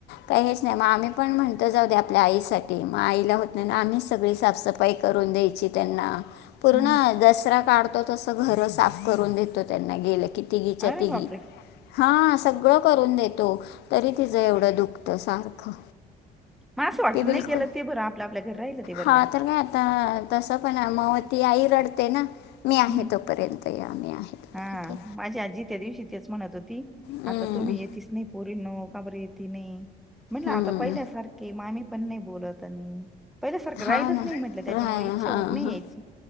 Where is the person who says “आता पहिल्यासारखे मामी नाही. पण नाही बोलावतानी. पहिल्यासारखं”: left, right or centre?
Centre